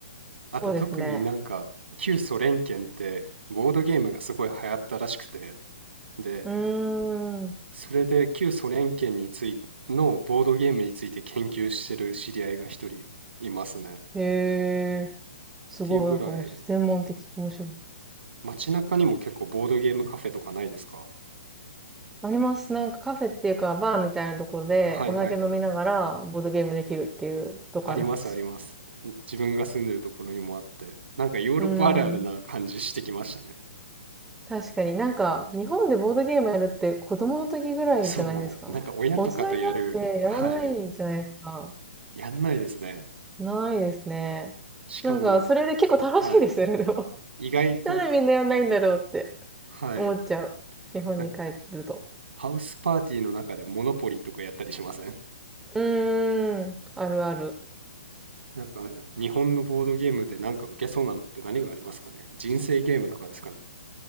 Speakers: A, on the right; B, in the centre.
A: あと特になんか旧ソ連圏ってボードゲームがすごい流行ったらしくて、
B: そうですね。
A: で、
B: うーん。
A: それで旧ソ連圏についのボードゲームについて研究してる知り合いが一人いますね。っ
B: へえ、すごい、
A: ていうぐらい、
B: なんかもう専門的、面白い。
A: 街中にも結構ボードゲームカフェとかないですか
B: あります。なんかカフェっていうか、バーみたいなところでお酒飲みながらボードゲームできるっていうとこあります。
A: はいはい。ありますあります。ん自分が住んでるところにもあって、なんかヨーロッパあるあるな感じしてきましたね。
B: うん。確かになんか、日本でボードゲームやるって子供の時ぐらいじゃないですか。
A: そう、なんか親とかとやる、
B: 大人になってやらないじゃないですか。
A: はい、やんないですね。
B: ないですね。
A: しかもなんか、
B: なんか、それで結構楽しいですよね、
A: そう、はい、
B: でも。<laughs>
A: 意外と、
B: なんでみんなやんないんだろうって
A: はい、
B: 思っちゃう。日本に帰ると。
A: なんかハウスパーティーの中でモノポリーとかやったりしません
B: うーん。あるある。
A: <laughs> なんか日本のボードゲームでなんか受けそうなのって何がありますかね人生ゲームとかですかね